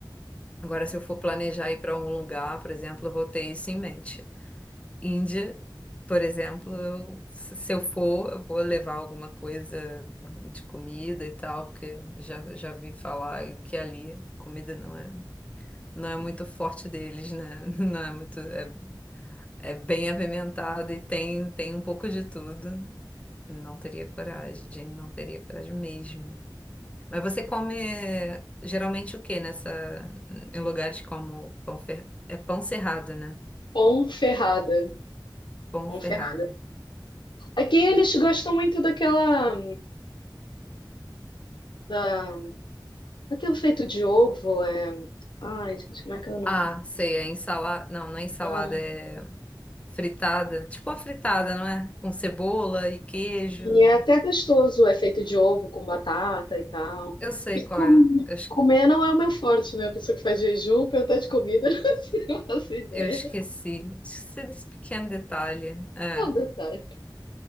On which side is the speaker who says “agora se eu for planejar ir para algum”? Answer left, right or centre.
Left